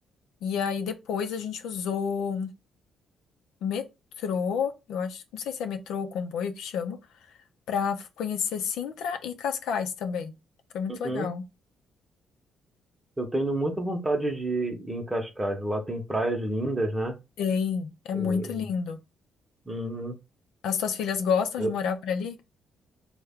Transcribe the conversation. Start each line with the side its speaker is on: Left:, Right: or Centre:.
Left: E aí depois a gente usou metrô, eu acho, não sei se é metrô ou comboio que chama, pra conhecer Sintra e Cascais também. Foi muito
Right: Uhum.
Left: legal.
Right: Eu tenho muita vontade de ir em Cascais. Lá tem praias lindas, né?
Left: Tem, é
Right: E-
Left: muito lindo.
Right: Uhum.
Left: As tuas filhas gostam
Right: Eu-
Left: de morar por ali?